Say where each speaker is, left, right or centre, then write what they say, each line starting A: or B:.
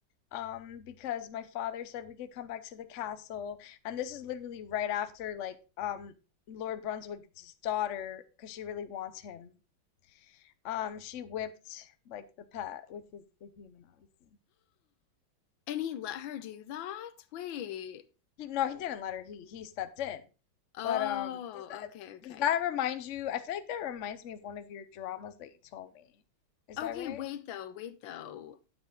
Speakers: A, on the left; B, on the left.
A: um because my father said we could come back to the castle and this is literally right after like um Lord Brunswick's daughter because she really wants him um she whipped like the pet which is the human obviously
B: he let her do that? Wait.
A: he no he didn't let her he he stepped in
B: Oh,
A: but um does that
B: okay, okay.
A: does that remind you I feel like that reminds me of one of your dramas that you told me is
B: Okay,
A: that right
B: wait though, wait though.